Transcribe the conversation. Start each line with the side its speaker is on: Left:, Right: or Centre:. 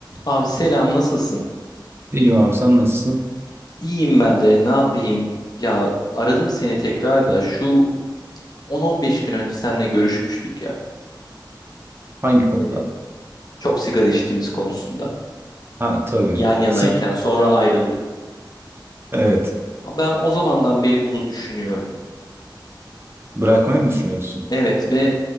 Left: Abi selam nasılsın?
Right: İyiyim abi sen nasılsın?
Left: İyiyim ben de ne yapayım? Ya aradım seni tekrar da şu 10-15 gün önce seninle görüşmüştük ya.
Right: Hangi konuda?
Left: e, Çok sigara içtiğimiz konusunda.
Right: Ha tabii.
Left: Yan yanayken
Right: Sık
Left: sonra ayrıldık.
Right: evet.
Left: Ben o zamandan beri bunu düşünüyorum.
Right: Bırakmayı mı düşünüyorsun?
Left: Evet ve